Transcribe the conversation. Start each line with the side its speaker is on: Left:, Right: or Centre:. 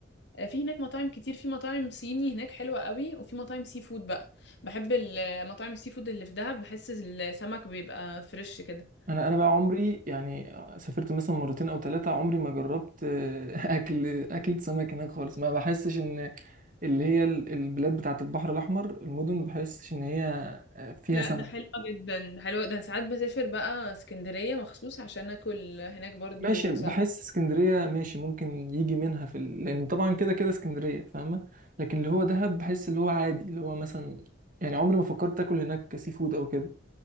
Left: آه، في هناك مطاعم كتير في مطاعم صيني هناك حلوة قوي وفي مطاعم سي فود بقى بحب ال- آه، مطاعم السي فود اللي في دهب بحس السمك بيبقى فريش كده
Right: انا انا بقى عمري يعني سافرت مثلا مرتين او ثلاثه عمري ما جربت آه، <laughs> اكل اكل سمك هناك خالص ما بحسش ان اللي هي ال- البلاد بتاعه البحر الاحمر المدن ما بحسش ان هي آه، فيها
Left: لا
Right: سمك
Left: ده حلو جدا ده حلو ده ساعات بسافر بقى اسكندرية مخصوص عشان اكل هناك برضو
Right: ماشي بحس
Left: سمك
Right: اسكندريه ماشي ممكن يجي منها في ال... لان طبعا كده كده اسكندريه فاهمه لكن اللي هو دهب بحس اللي هو عادي اللي هو مثلا يعني عمري ما فكرت اكل هناك سي فود او كده